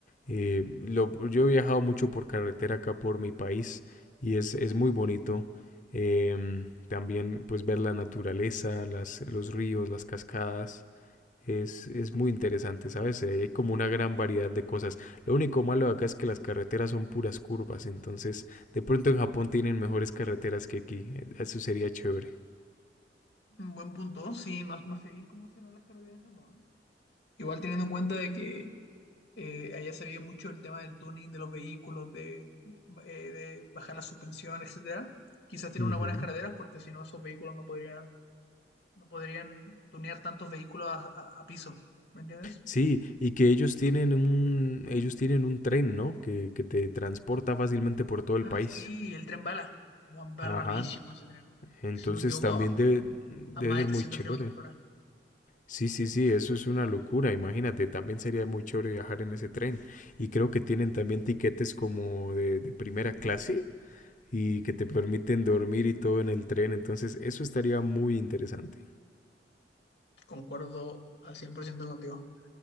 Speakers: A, on the left; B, on the left.
A: eh, lo- yo he viajado mucho por carretera acá por mi país y es, es muy bonito. em, también pues ver la naturaleza, las, los ríos, las cascadas. Es, es muy interesante, ¿sabes? Eh, Hay como una gran variedad de cosas. Lo único malo de acá es que las carreteras son puras curvas, entonces de pronto en Japón tienen mejores carreteras que aquí. eh, Eso sería chévere.
B: Un buen punto, sí, no, no sé bien cómo serán las carreteras en Japón. Igual teniendo en cuenta de que eh, allá se ve mucho el tema del tuning de los vehículos, de, eh, de bajar la suspensión, etcétera. Quizás tienen
A: Ujú.
B: unas buenas carreteras porque si no esos vehículos no podrían, no podrían tunear tantos vehículos a, a- a piso, ¿me entiendes?
A: Sí, y que ellos tienen un, ellos tienen un tren, ¿no? Que, que te transporta fácilmente por todo
B: Ah,
A: el país.
B: sí, el tren bala. Va, va
A: Ajá.
B: rapidísimo ese tren.
A: Entonces
B: Si no me equivoco,
A: también
B: a,
A: debe, debe
B: a más
A: ser
B: de 300
A: muy chévere.
B: kilómetros por hora.
A: Sí, sí, sí, eso es una locura. Imagínate, también sería muy chévere viajar en ese tren. Y creo que tienen también tiquetes como de, de primera clase y que te permiten dormir y todo en el tren. Entonces, eso estaría muy interesante.
B: Concuerdo al 100% contigo.